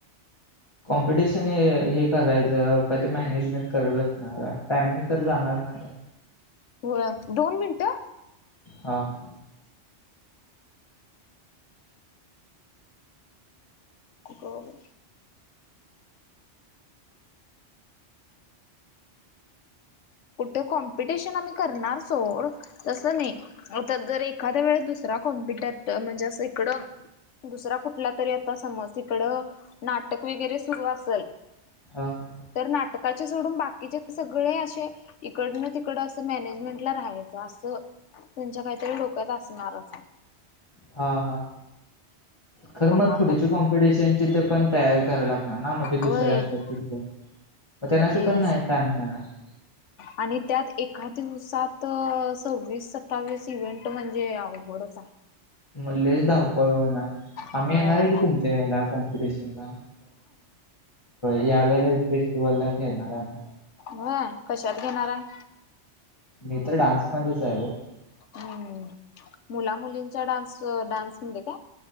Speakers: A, on the left (about 25°); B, on the left (about 85°).
A: कॉम्पिटिशन हे करायचं का? ते मॅनेजमेंट करतणार टाइमिंग तर जाणार ना त्या
B: होय <unintelligible> दोन मिनटं.
A: हा हा!..
B: हो!.. तोय, कॉम्पिटिशन आम्ही करणार सोड, तस नाही. तर जर एखाद्या वेळे दुसरा कॉम्पिटरच म्हणजे, असं इकडं? दुसरा कुठला तरी यता समज तिकडं नाटक वगैरे, सुरू असेल?
A: हा!..
B: तर नाटकाचे सोडून बाकीचे सगळे असे? इकड न तिकड असं मॅनेजमेंट ला राहायचं असं. तुमच्या, काहीतरी डोक्यात असणारच आहे.
A: हा हा! खरं
B: बघू
A: मग
B: आता
A: पुढची कॉम्पि िकॉम्पिटेशनचे ते पण, तयार कराव लागणार ना? म्हणजे
B: होय
A: दुसरे असतात.
B: आता
A: म तेनासनी
B: तेच
A: पण नाही ना <unintelligible>
B: आणि त्यात एका दिवसात सव्वीस सत्तावीस इव्हेंट म्हणजे? आवड? बरंच आहे.
A: म लयधावपळ होणार,
B: होय
A: आम्ही येणार आहे की, तुमच्या हेला कॉम्पिटिशन ला. <inaudible> या वेळेला फेस्टिवल ला खेळणार आहे आही.
B: हो, कशात घेणार आहे?
A: मी तर डान्स मध्येच आहे. ग!
B: हम्म मुला मुलींचा डान्स डान्समध्येध का?